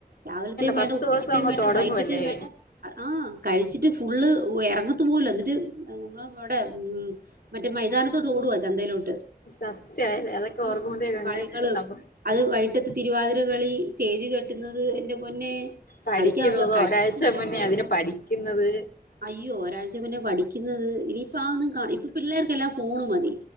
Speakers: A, on the right; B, on the left.
A: രാവിലത്തെയും
B: പത്ത്
A: വേണ്ട ഉച്ചക്കത്തെയും
B: ദിവസം അങ്ങ്
A: വേണ്ട
B: തുടങ്ങുവല്ലേ
A: വൈകട്ടത്തെയും വേണ്ട ആഹ കഴിച്ചിട്ട് ഫുള്ള് ഊഹ് എറങ്ങത്തു പോൽല എന്നിട്ട് നമ്മ ഇവടെ മറ്റേ മൈതാനത്തോട്ട് ഓടുവ ചന്തയിലോട്ട്
B: സത്യായില്ലേ അതൊക്കെ
A: ഉം
B: ഓർക്കുമ്പോതേക്കങ്ങ്
A: കളികളും
B: അപ്പൊ
A: അത് വൈട്ടത്ത് തിരുവാതിര കളി സ്റ്റേജ് കെട്ടുന്നത് എന്റെ പൊന്നെ
B: പഠിക്കുന്നുന്നതോ
A: കളിക്കാനുള്ള പ്രാക്ടീസും
B: ഒരാഴ്ച
A: കാര്യങ്ങളും
B: മുന്നേ അതിന് പഠിക്കുന്നത്
A: അയ്യോ ഒരാഴ്ച പിന്നെ പഠിക്കുന്നത് ഇനിയിപ്പ ആ ഒന്നും കാ ഇപ്പ പിള്ളേർക്കെല്ലാം ഫോണ് മതി.